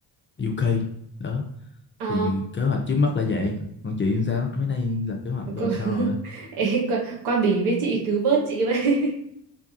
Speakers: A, on the left (about 25°); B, on the right (about 75°).
A: UK đó
B: ờ
A: thì kế hoạch trước mắt là vậy còn chị sao mấy nay lập kế hoạch
B: <laughs>
A: đồ
B: Cô-
A: sao rồi
B: Ê, qua, qua Bỉ với chị cứu vớt chị vậy. <laughs>